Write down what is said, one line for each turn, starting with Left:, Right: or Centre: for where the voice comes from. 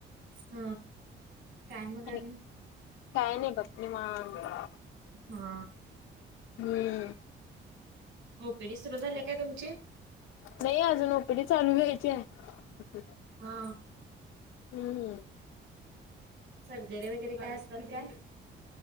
Right: ह काय्म गणी
Left: आणि काय नाही बत्नी मता
Right: हा
Left: हमम
Right: ओपीडी सुरू झाल्या काय तुमची
Left: नाही अजून ओपीडी चालू घ्यायची आहे
Right: हा
Left: हम्म
Right: सर्जरी वगैरे काय अस तर त्याय